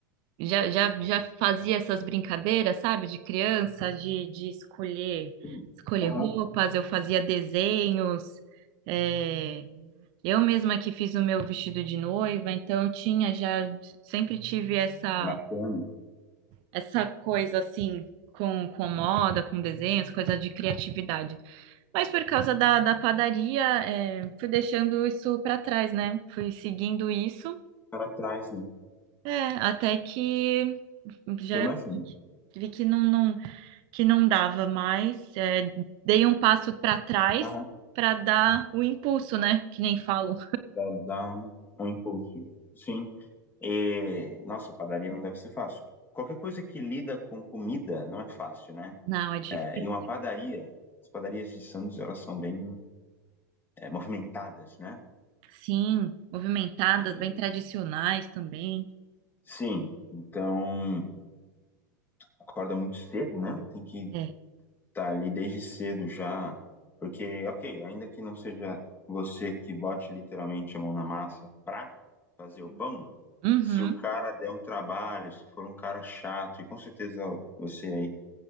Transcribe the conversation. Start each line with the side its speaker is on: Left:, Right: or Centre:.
Right: já, já, já fazia essas brincadeiras, sabe, de criança, de, de escolher,
Left: Hum,
Right: escolher
Left: aham,
Right: roupas, eu fazia desenhos. é, Eu mesma que fiz o meu vestido de noiva, então eu tinha já, sempre tive essa
Left: bacana.
Right: essa coisa assim com, com moda, com desenhos, coisa de criatividade. Mas por causa da, da padaria, é, fui deixando isso para trás, né? Fui seguindo isso,
Left: Para trás, né?
Right: é, até que já
Left: Eu imagino.
Right: vi que não, não, que não dava mais. é, dei um passo para trás
Left: Aham,
Right: para dar o impulso, né? Que nem falo
Left: para dar um, um impulso. Sim. E, nossa, padaria não deve ser fácil. Qualquer coisa que lida com comida não é fácil, né?
Right: Não, é difícil.
Left: É, e uma padaria, as padarias de Santos, elas são bem é, movimentadas, né?
Right: Sim, movimentadas,
Left: E,
Right: bem tradicionais também.
Left: sim, então acorda muito cedo, né? Tem que
Right: É.
Left: tá ali desde cedo já, porque, ok, ainda que não seja você que bote literalmente a mão na massa pra fazer o pão,
Right: Uhum.
Left: se o cara der um trabalho, se for um cara chato, e com certeza você aí